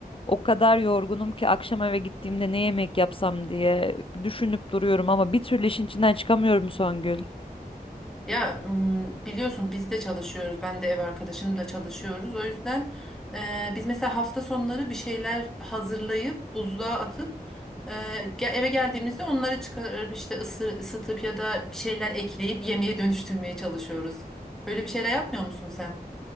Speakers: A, on the left; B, in the centre.
A: O kadar yorgunum ki akşam eve gittiğimde ne yemek yapsam diye düşünüp duruyorum ama bir türlü işin içinden çıkamıyorum Songül.
B: Ya m, biliyorsun biz de çalışıyoruz. Ben de ev arkadaşım da çalışıyoruz. O yüzden e, biz mesela hafta sonları bir şeyler hazırlayıp buzluğa atıp e, ge- eve geldiğimizde onları çıkarıp işte ısı- ısıtıp ya da bir şeyler ekleyip yemeğe dönüştürmeye çalışıyoruz. Böyle bir şeyler yapmıyor musun sen?